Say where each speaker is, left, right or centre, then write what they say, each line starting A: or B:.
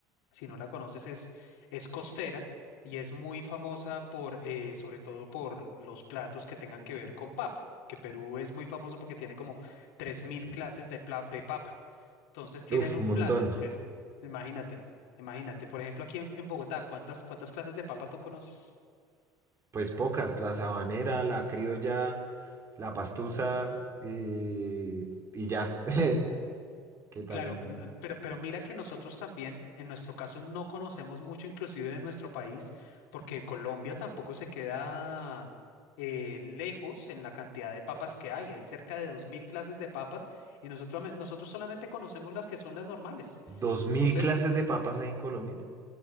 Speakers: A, on the left; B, on the right.
A: si no la conoces, es, es costera y es muy famosa por, eh, sobre todo por los platos que tengan que ver con papa, que Perú es muy famoso porque tiene como 3.000 clases de, pla- de papa. Entonces tienen
B: Uf,
A: un
B: montón.
A: plato que es, imagínate, imagínate, por ejemplo, aquí en, en Bogotá, ¿cuántas, cuántas clases de papa tú conoces?
B: Pues pocas, la sabanera, la criolla, la pastusa eh, y ya. <laughs> ¿Qué tal?
A: Claro,
B: un-
A: n- n- pero, pero mira que nosotros también, en nuestro caso, no conocemos mucho inclusive de nuestro país, porque Colombia tampoco se queda eh, lejos en la cantidad de papas que hay. Hay cerca de 2.000 clases de papas y nosotros, ame- nosotros solamente conocemos las que son las normales.
B: ¿Dos mil
A: Entonces,
B: clases de papas hay en Colombia?